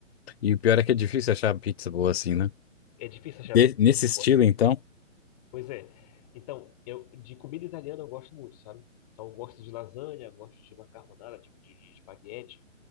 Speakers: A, on the left; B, on the left.
A: E o pior é que é difícil achar pizza boa assim, né?
B: É difícil achar
A: De- nesse
B: pizza
A: estilo,
B: boa. assim.
A: então.
B: Pois é. Então, eu de comida italiana eu gosto muito, sabe? Então, eu gosto de lasanha, eu gosto de macarronada, tipo de, de espaguete,